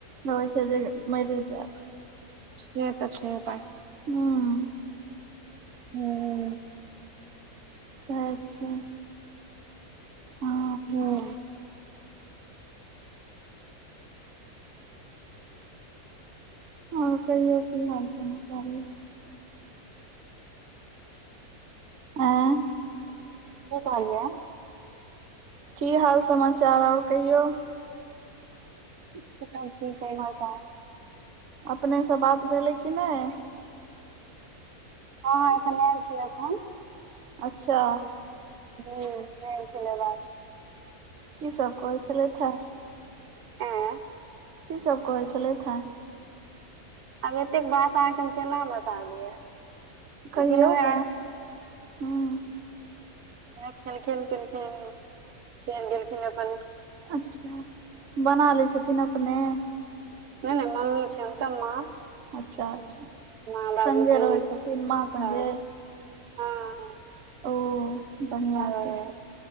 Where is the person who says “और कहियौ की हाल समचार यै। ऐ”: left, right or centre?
Right